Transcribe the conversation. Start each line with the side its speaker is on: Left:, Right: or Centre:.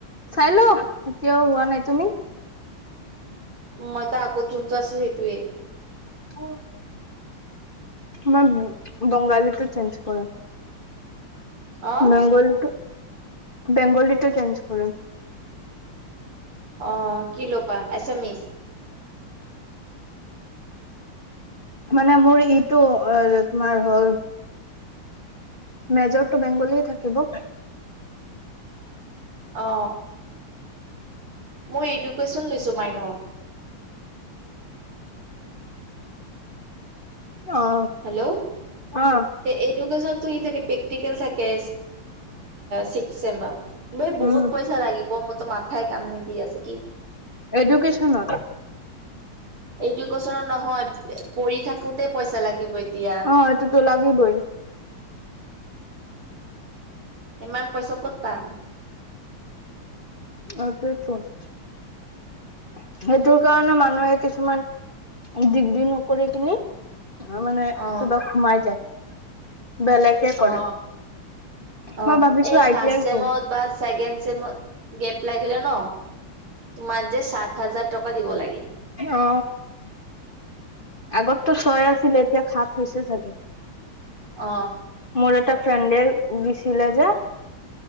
Left: চাই ল এতিয়াও হোৱা নাই তুমি।
Right: মইটো আগত জুনটো আছিলো সেইটোৱে।
Left: অ। ম বঙালীটো চেঞ্জ কৰে
Right: অ
Left: বেংগলীটো। বেংগলীটো চেঞ্জ কৰে।
Right: অ কি ল'বা এচামিচ।
Left: মানে মোৰ ইটো তোমাৰ হ'ল। মেজৰটো বেংগলীয়ে থাকিব।
Right: অ। মই এডুকেশচন লৈছো মাইনৰ।
Left: অ
Right: হেল্ল'
Left: অ
Right: এইডোকেচন। থাকে প্ৰেকটিকেল থাকে চিস্ক চেমত। দ
Left: উম
Right: বহুত পইচা লাগিব মোৰতো মাথাই কাম নিদি আছিল।
Left: এডুকচনত
Right: এডুকেশ্বনৰ নহয় পঢ়ি থাকোতে পইচা লাগিব। এতিয়া
Left: অ এইটো টো লাগিবই।
Right: ইমান পইচা ক'ত পাম।
Left: <unintelligible> সেইটোৰ কাৰণে মানুহে কিছুমান ডিগ্ৰী নকৰি কিনি অ মানে
Right: অ
Left: কিবা সোমাই যায় বেলেগে কৰে
Right: অ অ
Left: মই ভাবিছো
Right: এই
Left: আই
Right: ফাৰ্ষ্ট
Left: টি আই
Right: চেমত
Left: কৰিম
Right: বা ছেকেণ্ড চমত গ লাগিলে ন? তোমাৰ যে সাত হাজাৰ টকা দিব লাগে।
Left: অ আগততো চয় আছিলে এতিয়া সাত হৈছে চাগে
Right: অ
Left: মোৰ এটা ফ্ৰেণ্ডে দিছিলে যে